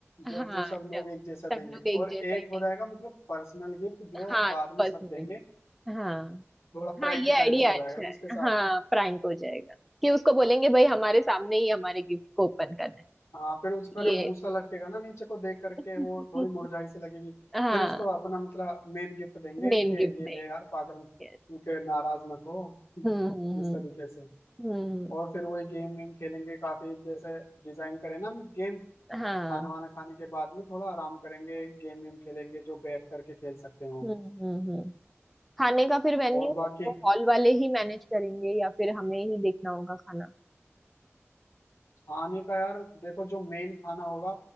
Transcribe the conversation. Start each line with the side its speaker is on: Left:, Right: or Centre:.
Centre: हाँ
Left: जो जो सब लोग
Centre: सब
Left: एक जैसा देंगे
Centre: सब लोग एक
Left: और
Centre: जैसा
Left: एक
Centre: ही
Left: हो
Centre: नहीं
Left: जाएगा मतलब पर्सनल गिफ्ट जो
Centre: हाँ
Left: बाद में
Centre: पर्सनल
Left: सब देंगे
Centre: हाँ
Left: थोड़ा प्रैंक
Centre: हाँ ये
Left: टाइप
Centre: आइडिया
Left: सा हो
Centre: अच्छा
Left: जाएगा ना उसके
Centre: है
Left: साथ
Centre: हाँ प्रैंक हो जाएगा कि उसको बोलेंगे भाई हमारे सामने ही हमारे गिफ्ट को ओपन करना है
Left: हाँ फिर उसका
Centre: ये
Left: जब मुंह सा लटकेगा ना नीचे को देख करके
Centre: <laughs>
Left: वो थोड़ी मुरझाई सी लगेगी
Centre: हाँ
Left: फिर उसको अपना मतलब मेन गिफ्ट देंगे
Centre: मेन
Left: कि
Centre: गिफ्ट
Left: ये
Centre: देंगे
Left: ले यार पागल
Centre: Yes.
Left: के नाराज मत हो <laughs>
Centre: हम्म हम्म
Left: इस
Centre: हम्म
Left: तरीके से
Centre: हम्म,
Left: और फिर वही गेम वेम खेलेंगे काफी जैसे डिजाइन करें ना हम गेम
Centre: हाँ
Left: खाना वाना खाने के बाद में थोड़ा आराम करेंगे गेम वेम खेलेंगे जो बैठ करके खेल सकते हो
Centre: हम्म हम्म हम्म खाने का फिर वेन्यू
Left: और बाकी
Centre: वो हॉल वाले ही मैनेज करेंगे या फिर हमें ही देखना होगा खाना
Left: खाने का यार देखो जो मेन खाना होगा